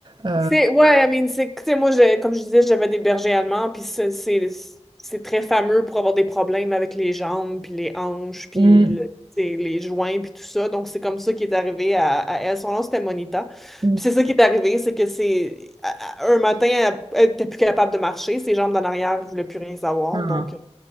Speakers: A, on the right; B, in the centre.
A: Heu,
B: C'est, ouais, I mean, c'est, tu sais, moi, je- comme je disais, j'avais des bergers allemands, puis ça, c'est c'est très fameux pour avoir des problèmes avec les jambes, puis les hanches, puis
A: on
B: le- tu sais, les joints, puis tout ça. Donc, c'est comme ça qui est arrivé à, à elle. Son nom, c'était Monita.
A: on
B: Puis c'est ça qui est arrivé, c'est que c'est... à- à- Un matin, elle elle était plus capable de marcher, ses jambes d'en arrière ne voulaient plus rien savoir.
A: enfin
B: Donc,